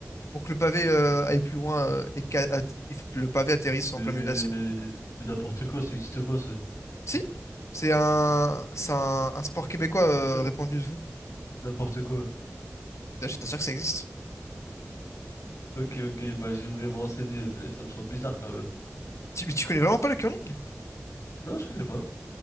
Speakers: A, on the left; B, on the left.
A: pour que le pavé euh, aille plus loin euh, et qu'a- at- il faut que le pavé atterrisse
B: Mais...
A: en plein milieu de la cible.
B: mais n'importe quoi, ça existe pas, ça.
A: Si, c'est un, c'est un, un sport québécois euh,
B: Euh,
A: répandu de fou.
B: N'importe quoi.
A: Là, je t'assure que ça existe.
B: Ok, ok, bah j'aimerais me renseigner, mais ça me semble bizarre quand même.
A: Tu, mais tu connais vraiment pas le curling?
B: Non, je connais pas.